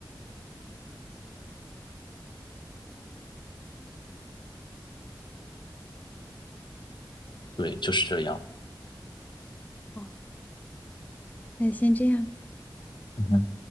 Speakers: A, on the left; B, on the left.
A: 对，就是这样。
B: 好，那先这样。
A: 嗯